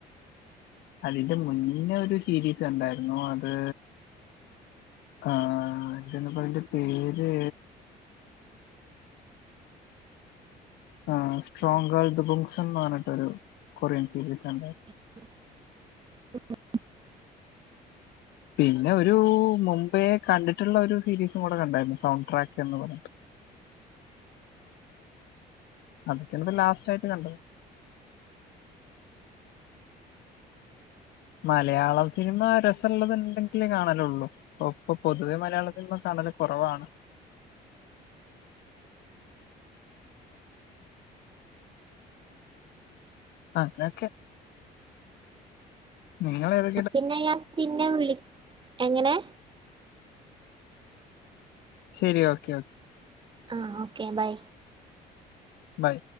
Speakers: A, on the left; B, on the right.
A: അതിന്റെ മുന്നേ ഒരു സീരീസ് കണ്ടായിരുന്നു അത് ആ ഇതന്ന് പറയുമ്പോ അതിന്റെ പേര് ആ strong girl the <unintelligible> Korean series ഉണ്ട്
B: <inaudible>
A: പിന്നെ ഒരു മുംബെ കണ്ടിട്ടുള്ള ഒരു സീരീസും കൂടെ കണ്ടായിരുന്നു സൗണ്ട് ട്രാക്ക് റ്റ് പറഞ്ഞിട്ട്
B: <inaudible>
A: അതൊക്കാണ് ഇപ്പ ലാസ്റ്റ് ആയിട്ട് കണ്ടത് മലയാളം സിനിമ അരസള്ളത്ണ്ടെങ്കിലേ കാണലുള്ളു ഒപ്പൊ പൊതുവെ മലയാളത്തിന് കാണല് കുറവാണ് അ അങ്ങനൊക്കെ നിങ്ങള് ഏത്
B: പിന്നെ ഞാൻ പിന്നെ വിളി എങ്ങനെ
A: ശരി ഓക്കെ ഓക്കെ
B: ആഹ് ഓക്കേ ബൈ
A: ബൈ